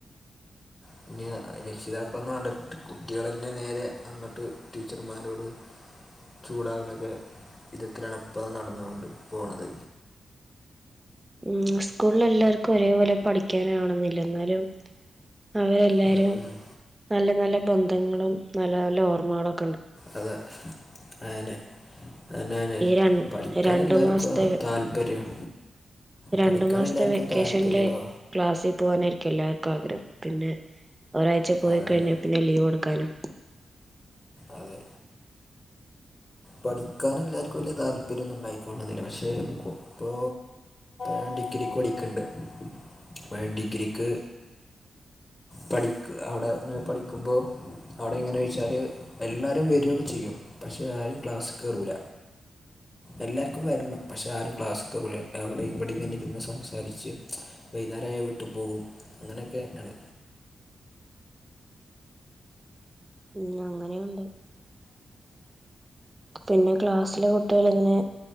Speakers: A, on the left; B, on the right.
A: പിന്നെ രക്ഷിതാക്കളൊന്നും വണ്ട കുട്ടികൾന്നെ നേരെ അങ്ങട്ട് ടീച്ചർമാരോട് ചൂഡാവിനൊക്കെ വിധത്തിലാണ് ഇപ്പ നടന്നോണ്ട് പോണത്
B: മ്മ് സ്കൂളിലെല്ലാർക്കും ഒരേപോലെ പഠിക്കാനാവണെന്നില്ല ന്നാലും അവയല്ലാരും
A: ഉം ഉം.
B: നല്ല നല്ല ബന്ധങ്ങളും നല്ല നല്ല ഓർമ്മകളും
A: അതെ അന്നെ അന്നെന്നെ
B: ഈ ര
A: പഠിക്കാൻ
B: രണ്ടു
A: എല്ലാർക്കും
B: മാസത്തെ
A: താല്പര്യം
B: രണ്ടു
A: പഠിക്കാൻ
B: മാസത്തെ
A: എല്ലാവർക്കും
B: വെക്കേഷൻല്
A: താല്പര്യമോ
B: ക്ലാസ്സിൽ പോനായിരിക്കും എല്ലാർക്കും ആഗ്രഹം പിന്നെ ഒരാഴ്ച പോയി
A: അതെ
B: കഴിഞ്ഞാ
A: അതെ
B: പിന്നെ ലീവെടുക്കാനും
A: അതെ പഠിക്കാൻ എല്ലാർക്കും വല്യ താല്പരിയൊന്നുണ്ടായിക്കോള്ളന്നില്ല പക്ഷേ കു ഇപ്പോ ഞൻ ഡിഗ്രിക്ക് പടിക്കണ്ട് അപ്പേ ഡിഗ്രിക്ക് പഠിക്ക് അവിടെ ങ്ങനെ പഠിക്കുമ്പോ അവിടെ ഇങ്ങനെച്ചാല് എല്ലാരും വരുക്കെചെയ്യും പക്ഷെ ആരും ക്ലാസ് കേറൂല എല്ലാർക്കും വെര്നം പക്ഷേ ആരും ക്ലാസ് കേറൂലല്ല അവിടെമ് ഇവിടെ ഇങ്ങനെ ഇരുന്ന് സംസാരിച്ച് വൈന്നര ആയ വിട്ട് പോകും അങ്ങനെയൊക്കെ ആണ്
B: ഉം അങ്ങനെയുണ്ട് പിന്നെ ക്ലാസിലെ കുട്ടിഅള് ഇങ്ങനെ